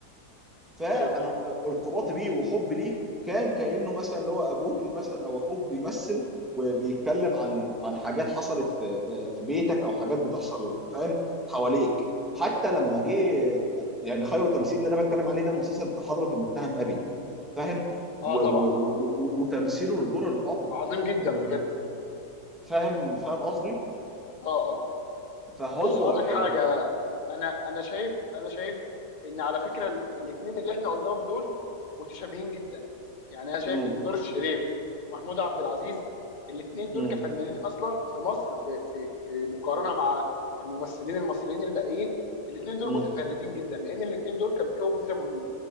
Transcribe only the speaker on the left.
ايوه ايوه
مم.
اه
طبعا
اه
عظيم جدا
بجد
اه آه.
بص اقول لك حاجه
انا انا شايف انا شايف ان على فكره ال- الاتنين اللي احنا قلناهم دول متشابهين جدا يعني انا شايف
ان نور الشريف ومحمود عبد العزيز الاتنين دول
كفنانين اصلا في مصر في في في مقارنه مع الممثلين المصريين الباقيين الاتنين دول
متفردين جدا لان الاتنين دول كان فيهم ميزه مهمه